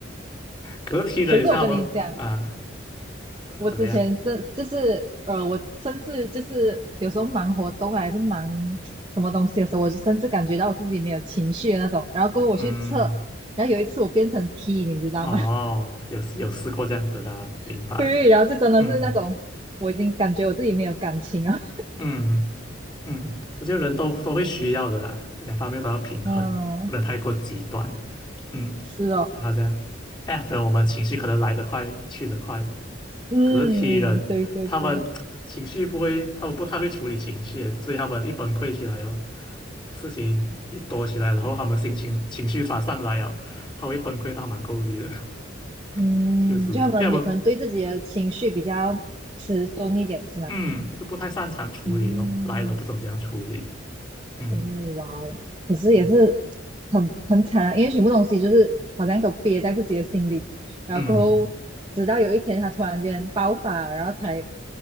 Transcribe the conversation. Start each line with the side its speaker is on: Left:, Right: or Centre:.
Left: 可是的也是他们啊，
Right: <laughs> 可是我跟你讲，
Left: 怎怎么样？
Right: 我之前真就是呃，我甚至就是有时候忙活动啊还是忙什么东西的时候，我就甚至感觉到我自己没有情绪的那种。然后过后我去测，
Left: 嗯，
Right: 然后有一次我变成 T，你知道吗？
Left: 哦，有有试过这样子的，明白。
Right: <laughs> 对，然后就真的是那种我已经感觉我自己没有感情了。
Left: 嗯嗯。嗯，我觉得人都都会需要的啦，两方面都要平衡，
Right: <laughs> 嗯，
Left: 不能太过极端。嗯，
Right: 是哦，
Left: 好像 F 人我们情绪可能来得快，去得快，
Right: 嗯，
Left: 可是 T 人他们情绪不会，
Right: 对对对，
Left: 他们不太会处理情绪，所以他们一崩溃起来哦，事情一多起来，然后他们心情情绪突然上来哦，他会崩溃到蛮够力的，<laughs>
Right: 嗯，
Left: 确实，
Right: 就他们有可能对自己的情绪比较迟钝一点，
Left: 要么
Right: 是吗？
Left: 嗯就不太擅长处理咯，
Right: 嗯。
Left: 来了不懂怎样处理，嗯
Right: 哦哇哦，可是也是
Left: 嗯
Right: 很很惨啊，因为全部东西就是好像都憋在自己的心里，然后过后直到有一天他突然间爆发，
Left: 嗯
Right: 然后才